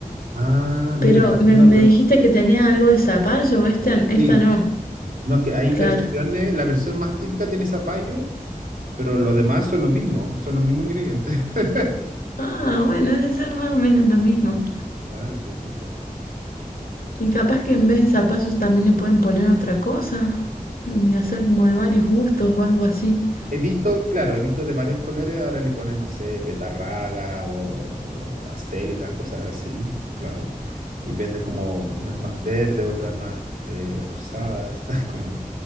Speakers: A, on the right; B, on the left.
A: Ah,
B: Pero
A: mira, está haciendo...
B: me, me
A: lo-
B: dijiste que tenía algo de zapallo, esta, esta
A: Sí,
B: no.
A: No, es que hay
B: Claro.
A: versiones, la versión más típica tiene zapallo, pero lo demás son lo mismo, son los mismos ingredientes. <laughs>
B: Ah, bueno, debe ser más o menos lo mismo.
A: Claro, qué rico.
B: Y capaz que en vez de zapallos también le pueden poner otra cosa. Y hacer como de varios gustos o algo así. <laughs>
A: He visto, claro, he visto de varios colores, ahora le ponen, no sé, betarraga o acelga, cosas así. Y, claro, y y venden como unas más verdes, otras más eh, rosadas. <laughs> Como,